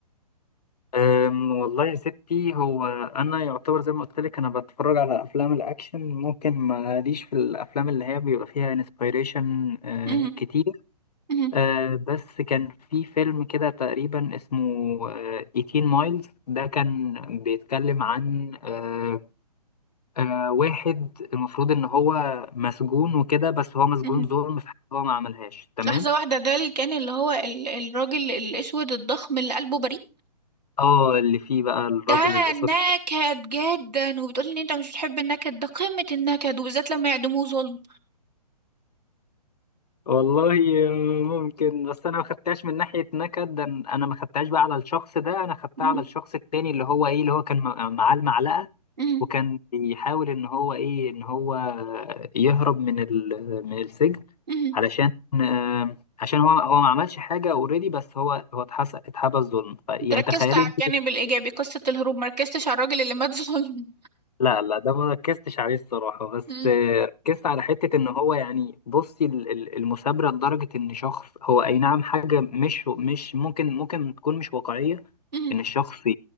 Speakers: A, on the left (about 75°); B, on the right (about 80°).
A: أم، والله يا ستي هو انا يعتبر زي ما قلت لك انا بتفرج على افلام الاكشن ممكن ماليش في الافلام اللي هي بيبقى فيها انسبيريشن
B: <laughs>
A: كتير
B: مهم.
A: أه، بس كان في فيلم كده تقريبا اسمه 18 مايلز ده كان بيتكلم عن أه، أه، واحد المفروض ان هو مسجون وكده بس هو مسجون
B: مهم.
A: ظلم في حاجة هو ما عملهاش تمام
B: لحظة واحدة ده اللي كان اللي هو ال- الراجل الأسود الضخم اللي قلبه بريء
A: اه اللي فيه بقى الراجل
B: ده
A: الاسود
B: نكد جدا وبتقولي إن أنت مش بتحب النكد ده قمة النكد وبالذات لما يعدموه ظلم
A: والله ممكن بس انا ما خدتهاش من ناحيه نكد ده انا ما خدتهاش بقى على الشخص ده انا خدتها
B: مهم.
A: على الشخص التاني اللي هو ايه اللي هو كان م- معاه المعلقه
B: مهم.
A: وكان بيحاول ان هو ايه ان هو يهرب من ال- من السجن
B: مهم.
A: علشان آه، عشان هو هو ما عملش حاجه اوريدي بس هو هو اتحس اتحبس ظلم ف- يعني
B: أنت ركزت
A: تخيلي
B: على
A: انت
B: الجانب الإيجابي قصة الهروب مركزتش على الراجل اللي مات <laughs> ظلم
A: لا لا ده ما ركزتش عليه الصراحة بس
B: مهم.
A: آه، ركزت على حتة ان هو يعني بصي ال- ال- المثابرة لدرجة ان شخص هو اي نعم حاجة مش مش ممكن ممكن تكون مش واقعية
B: مهم.
A: ان الشخص ي-